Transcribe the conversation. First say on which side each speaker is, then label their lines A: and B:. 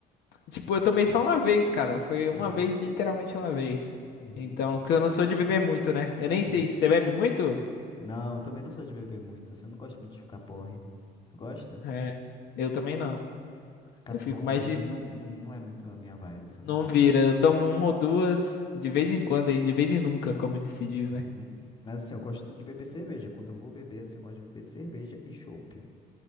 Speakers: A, on the left; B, on the left.
A: tipo, eu tomei só uma vez, cara. Foi uma
B: Uhum.
A: vez, literalmente uma vez.
B: Uhum.
A: Então, porque eu não sou de beber muito, né? Eu nem
B: Uhum.
A: sei, você bebe muito?
B: Não, eu também não sou de beber muito, assim, eu não gosto muito de ficar porre. Tu gosta?
A: É, eu também não.
B: Ficar
A: Eu
B: tonto,
A: fico mais
B: assim,
A: de.
B: não, não, não é muito a minha vibe, assim, eu
A: Não
B: não gosto.
A: vira. Eu tomo uma ou duas de vez em quando, aí, de vez em nunca, como se diz,
B: Uhum.
A: né?
B: Mas assim, eu gosto de beber cerveja. Quando eu vou beber, assim, eu gosto de beber cerveja e chopp.